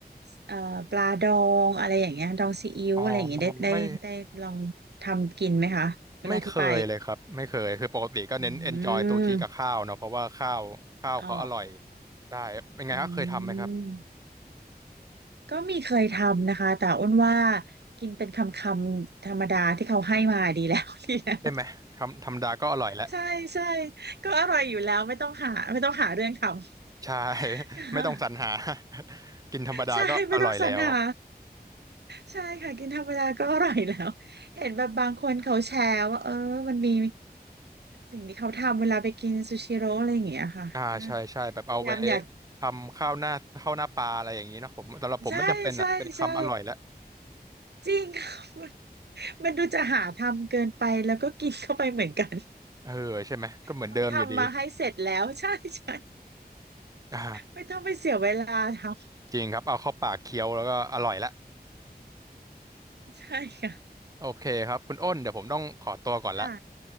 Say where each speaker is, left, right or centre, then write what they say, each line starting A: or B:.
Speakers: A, on the right; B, on the right.
A: เอ่อปลาดองอะไรอย่างเงี้ยดองซีอิ๊วอะไรอย่างเงี้ยได้ได้ได้ลองทำกินไหมคะเวลาที่ไป
B: อ๋อไม่ไม่เคยเลยครับไม่เคยคือปกติก็เน้น
A: อื
B: enjoy ซูชิกับข้าวเนาะเพราะว่าข้าวข้าวเขาอร่อย
A: มอ๋อ
B: ได้เป็นไงครับเคยทำไหมครับ
A: อืม ก็มีเคยทำนะคะแต่อ้วนว่ากินเป็นคำคำธรรมดาที่เขาให้มาดีแล้ว <laughs> ดีแล้ว
B: ใช่ไหมทำธรรมดาก็อร่อยแล้ว
A: ใช่ใช่ก็อร่อยอยู่แล้วไม่ต้องหาไม่ต้องหาเรื่องทำ
B: ใช่ <laughs>
A: <laughs>
B: ไม่ต้องสรรหา <laughs> กินธรรมดาก็อร่อยแล้ว
A: ใช่ไม่ต้องสรรหาใช่ค่ะกินธรรมดาก็อร่อยแล้วเห็นแบบบางคนเขาแชร์ว่าเออมันมีสิ่งที่เขาทำเวลาไปกินซูชิโร่อะไรอย่างเงี้ยค่ะก็
B: อ่าใช่ใช่แบบเอาไป
A: พยายามอยาก
B: ทำข้าวหน้าข้าวหน้าปลาอะไรอย่างนี้เนาะผมสำหรับผมไม่จำเป็นอ่ะเป็นคำอร่อยแล้ว
A: ใช่ใช่ใช่จริง <laughs> ค่ะมันมันดูจะหาทำเกินไปแล้วก็กินเข้าไปเหมือนกัน
B: เออใช่ไหมก็เหมือนเดิมอยู่ดี
A: เขาทำมาให้เสร็จแล้ว <laughs> ใช่ใช่
B: อ่า
A: ไม่ต้องไปเสียเวลาทำ
B: จริงครับเอาเข้าปากเคี้ยวแล้วก็อร่อยละ
A: <laughs> ใช่ค่ะ
B: <laughs> โอเคครับคุณอ้นเดี๋ยวผมต้องขอตัวก่อนละ
A: ค่ะ